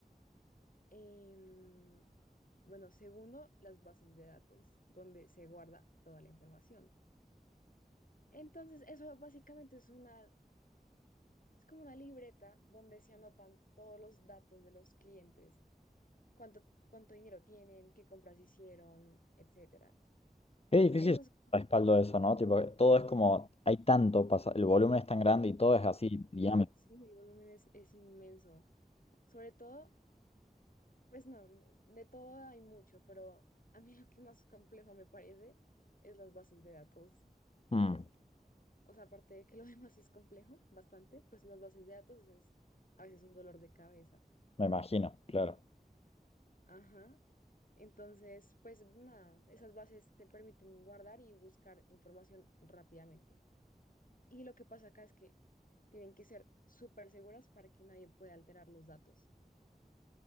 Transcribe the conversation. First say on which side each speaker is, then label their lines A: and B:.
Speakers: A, on the left; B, on the left.
A: Em, bueno, segundo, las bases de datos, donde se guarda toda la información. Entonces, eso básicamente es una, es como una libreta donde se anotan todos los datos de los clientes, cuánto, cuánto dinero tienen, qué compras hicieron, etcétera.
B: Qué difícil
A: Eso es,
B: respaldo eso, ¿no? Tipo, todo es como, hay tanto, pasa, el volumen es tan grande y todo es así dinámico.
A: Ajá, sí, el volumen es, es inmenso. Sobre todo, pues no, de todo hay mucho, pero a mí lo que más complejo me parece es las bases de datos.
B: Mm,
A: o sea, aparte de que lo <laughs> demás sí es complejo, bastante, pues las bases de datos es a veces un dolor de cabeza.
B: me imagino, claro.
A: Ajá. Entonces, pues nada, esas bases te permiten guardar y buscar información rápidamente. Y lo que pasa acá es que tienen que ser súper seguras para que nadie pueda alterar los datos.